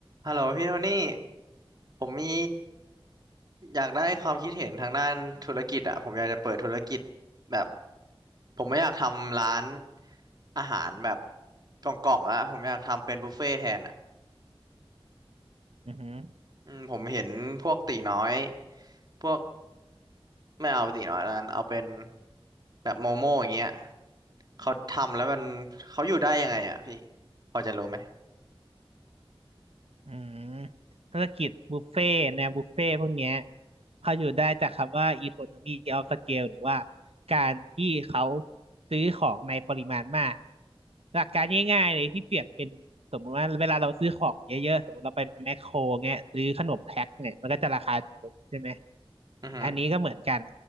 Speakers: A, on the right; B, on the right.
A: ฮัลโหลพี่โทนี่ผมมีอยากได้ความคิดเห็นทางด้านธุรกิจอ่ะผมอยากจะเปิดธุรกิจแบบผมไม่อยากทำร้านอาหารแบบกล่องๆแล้วผมอยากทำเป็นบุฟเฟ่ต์แทนอ่ะ
B: อือหือ
A: อืมผมเห็นพวกตีน้อยพวกไม่เอาตีน้อยแล้วกันเอาเป็นแบบโมโม่อย่างเงี้ยเขาทำแล้วมันเขาอยู่ได้ยังไงอ่ะพี่พอจะรู้ไหม
B: อืมธุรกิจบุฟเฟ่ต์แนวบุฟเฟ่ต์พวกเนี้ยเขาอยู่ได้จากคำว่า economy of scale หรือว่าการที่เขาซื้อของในปริมาณมากหลักการง่ายๆเลยที่เปรียบเป็นสมมติว่าเวลาเราซื้อของเยอะๆสมมติเราไปแมคโครเงี้ยซื้อขนมแพ็คเนี่ยมันก็จะราคาถูกลงใช่ไหม
A: อือฮึ
B: อันนี้ก็เหมือนกัน